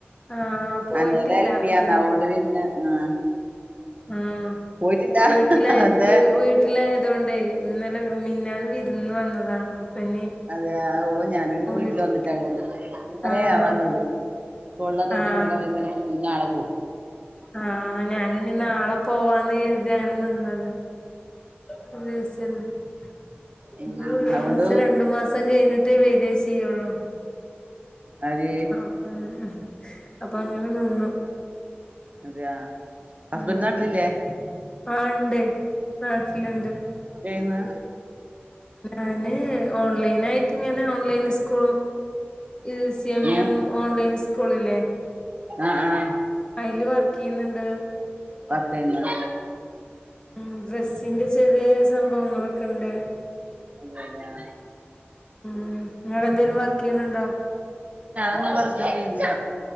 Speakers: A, on the left; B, on the right.
A: ആഹ് പോയിട്ടില്ല
B: അന്റെ എല്ലാം എൽ പിയാന്ന്
A: വൽ
B: അതോണ്ട് പിന്നെ ആഹ്
A: ആഹ്
B: പോയിട്ടില്ല
A: വീട്ടിലായ
B: അതെ
A: വീ വീട്ടിലായ അതുകൊണ്ടേ ഇന്നലെ മിന്നാന്ന് വിരുന്ന് വന്നതാണ് ഇനി
B: അതെയാ ഓ ഞാനും ഇങ്ങ് വീട്ടില്
A: വീട്ടി
B: വന്നിട്ടാവുള്ളത് ഇന്നലെയാ
A: ആഹ്
B: വന്നത് ഇക്ക ഒള്ളത് കൊണ്ട്
A: ആഹ്
B: ഇന്നലെ വൈകുന്നേരം വന്ന് നാളെ പോവും
A: ആഹ് ഞാൻ ഇനി നാളെ പോവാന്ന് കരുതി അങ്ങനെ നിന്നതാ <unintelligible> നമ്മള്
B: ഉം
A: ഒരു
B: അതുകൊണ്ട്
A: മാസം രണ്ടു മാസം കഴിഞ്ഞിട്ടേ വിദേശ ചേയ്യൊള്ളു
B: ആര്
A: ആഹ് അപ്പൊ അങ്ങനെ നിന്നു
B: അതെയാ ഹസ്ബൻഡ്
A: മ്
B: നാട്ടിലില്ലേ
A: ആഹ് ഉണ്ട് നാട്ടിലുണ്ട്
B: ഏന്ന്
A: ഞാന് ഓൺലൈനയിട്ട് ഇങ്ങനെ ഓൺലൈന് സ്കൂ ഇ സി എം
B: ഏ
A: എം ഓൺലൈൻ സ്കൂളില്ലേ
B: ആ ആ
A: അതില് വർക്ക് ചെയ്യുന്നുണ്ട്
B: വർക്കെയ്യുന്ന
A: മ് ഡ്രസ്സിന്റെ ചെറിയ സംഭവങ്ങളൊക്കെ ഉണ്ട്
B: അതെ അതെ ആ
A: മ് നിങ്ങള് എന്തേലും വർക്ക് ചെയ്യുന്നുണ്ടോ
B: ഞാൻ വർക്ക്‌ ചെയ്യുന്നില്ല